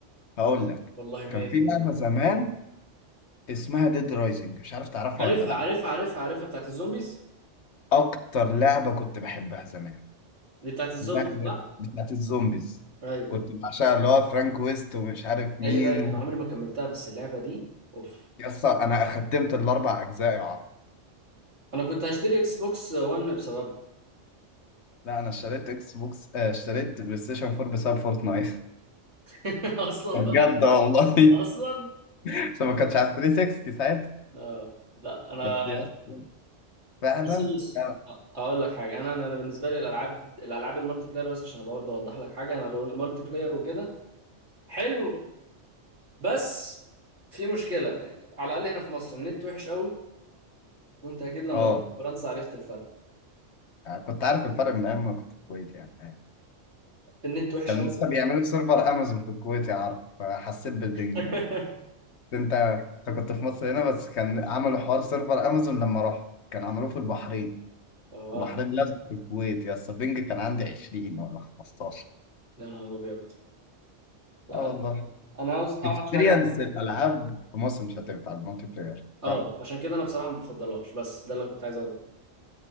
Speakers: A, on the left (about 65°); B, on the right (about 65°).
A: هقول لك
B: والله 100%
A: كان في لعبه زمان اسمها ديد رايزنج مش عارف تعرفها
B: عارفها
A: ولا لا
B: عارفها عارفها عارفها بتاعت الزومبيز
A: اكتر لعبه كنت بحبها زمان
B: دي بتاعت الزومبيز
A: لعبه
B: صح
A: بتاعت الزومبيز
B: ايوه
A: كنت بعشقها اللي هو فرانك ويست ومش عارف مين
B: ايوه ايوه انا
A: و...
B: عمري ما كملتها بس اللعبه دي اوف
A: يس انا ختمت الاربع اجزاء يا عرب
B: انا كنت هشتري اكس بوكس 1 بسببها
A: لا انا اشتريت اكس بوكس آه، اشتريت بلاي ستيشن 4 بسبب فورتنايت
B: <laughs> اصلا
A: <laughs> بجد
B: بقى
A: والله
B: اصلا
A: بس ما كانتش على 360 ساعتها
B: لا لا انا
A: بس يا اسطى فعلا
B: اصل بص
A: فعلا.
B: اقول لك حاجه انا انا بالنسبه لي الالعاب الالعاب المالتي بلاير بس عشان برضه اوضح لك حاجه انا لو المالتي بلاير وكده حلو بس في مشكله على الاقل هنا في مصر النت وحش قوي وانت اكيد لما
A: اه
B: رحت فرنسا عرفت الفرق
A: يعني كنت عارف الفرق من ايام ما كنت في الكويت يعني
B: النت وحش
A: كان
B: قوي
A: لسه
B: بس
A: بيعملوا سيرفر امازون في الكويت يا عارف فحسيت بالبنج
B: <laughs>
A: بقى انت انت كنت في مصر هنا بس كان عملوا حوار سيرفر امازون لما رحت كان عملوه في البحرين
B: اه
A: البحرين لازم في الكويت يا اسطى البنج كان عندي 20 ولا 15
B: يا نهار ابيض لا
A: اه
B: انا
A: والله
B: انا عاوز اوحش
A: اكسبيرينس
B: حاجه عندي.
A: الالعاب في مصر مش هتنفع المالتي بلاير
B: اه
A: فاهم
B: عشان كده انا بصراحه ما بفضلهاش بس ده اللي انا كنت عايز